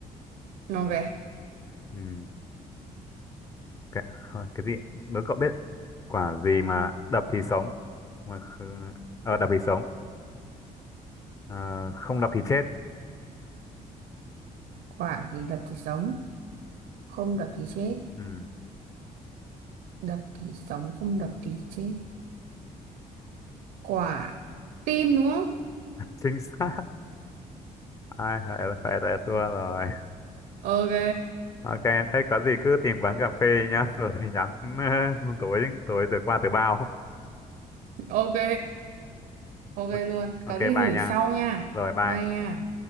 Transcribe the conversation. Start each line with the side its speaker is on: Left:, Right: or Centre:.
Right: ok
Left: ừ. cái, cái gì nếu cậu biết quả gì mà đập thì sống mà kh- ờ, đập thì sống ờ, không đập thì chết
Right: quả thì đập thì sống không đập thì chết
Left: ừ.
Right: đập thì sống không đập thì chết quả tim đúng không
Left: chính xác <laughs> ai phải phải là thua rồi
Right: ok
Left: ok thế có gì cứ tìm quán cà phê nhá <laughs> rồi thì nhắn <laughs> tối tối từ qua từ bao
Right: ok ok
Left: ok
Right: luôn
Left: ok,
Right: có gì gửi
Left: bye nha
Right: sau nha
Left: rồi bye
Right: bye nha